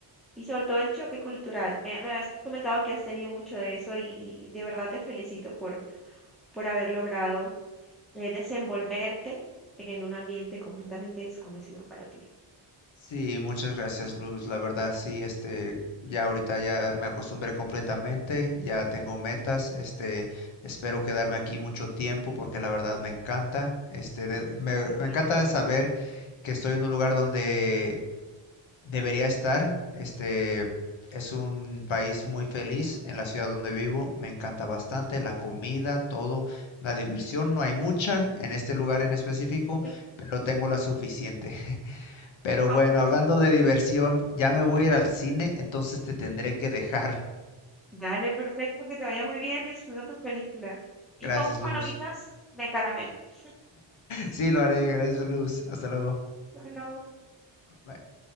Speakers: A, in the centre; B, on the left.
A: Y sobre todo el choque cultural, me me habías comentado que has tenido mucho de eso y y de verdad te felicito por por haber logrado, eh, desenvolverte en un ambiente completamente desconocido para ti.
B: Sí, muchas gracias, Luz. La verdad, sí, este, ya ahorita ya me acostumbré completamente, ya tengo metas, este, espero quedarme aquí mucho tiempo porque la verdad me encanta, este, de- me,
A: Qué bueno.
B: me encanta saber que estoy en un lugar donde debería estar, este, es un país muy feliz en la ciudad donde vivo, me encanta bastante la comida, todo, la diversión,
A: Ay,
B: no
A: qué
B: hay mucha
A: chévere.
B: en este lugar en específico,
A: <laughs>
B: pero tengo la suficiente. Pero
A: No,
B: bueno,
A: claro
B: hablando de
A: que- no.
B: diversión, ya me voy a ir al cine, entonces te tendré que dejar.
A: Dale, perfecto, que te vaya muy bien, disfruta tu película.
B: Gracias,
A: Y compra
B: Luz.
A: palomitas
B: <laughs>
A: de caramelo. <laughs>
B: Sí, lo haré. Gracias, Luz. Hasta luego.
A: No, no.
B: Bye.